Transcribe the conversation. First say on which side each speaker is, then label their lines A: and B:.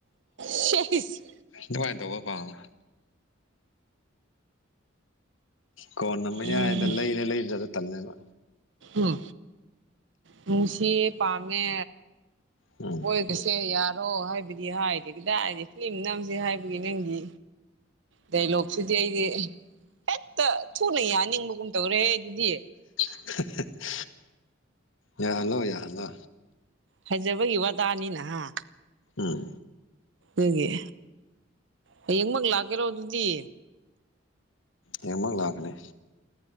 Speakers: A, on the right (about 65°); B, on the left (about 75°).
A: ꯁꯤꯁ
B: ꯑꯗꯨꯃꯏꯟ ꯇꯧꯕ ꯄꯥꯥꯝꯕ ꯀꯣꯟꯅ ꯃꯌꯥꯏꯗ
A: ꯎꯝ
B: ꯂꯩꯔꯦ ꯂꯩꯔ ꯇꯜꯂꯦꯕ
A: ꯎꯝ ꯅꯨꯡꯁꯤꯌꯦ ꯄꯥꯝꯃꯦ
B: ꯎꯝ
A: ꯀꯣꯏꯅꯁꯦ ꯌꯥꯔꯣ ꯍꯥꯏꯕꯗꯤ ꯍꯥꯏꯗꯕꯤꯗ ꯑꯩꯅ ꯐꯤꯂꯝ ꯅꯝꯁꯦ ꯍꯥꯏꯕꯒꯤ ꯅꯪꯗꯤ ꯗꯥꯏꯂꯣꯛꯁꯤꯗꯤ ꯑꯩꯗꯤ ꯍꯦꯛꯇ ꯊꯨꯅ ꯌꯥꯅꯤꯡꯕꯒꯨꯝ ꯇꯧꯔꯦꯍꯦ ꯑꯩꯕꯨꯗꯤ
B: <unintelligible> ꯌꯥꯍꯜꯂꯣ ꯌꯥꯍꯜꯂꯣ
A: ꯐꯥꯖꯕꯒꯤ ꯋꯥꯇꯅꯤꯅ ꯍꯥ
B: ꯎꯝ
A: ꯑꯗꯨꯒꯤ ꯍꯥꯌꯦꯡꯃꯛ ꯂꯥꯛꯀꯦꯔꯣ ꯑꯗꯨꯗꯤ
B: ꯍꯦꯡꯃꯛ ꯂꯥꯛꯀꯅꯤ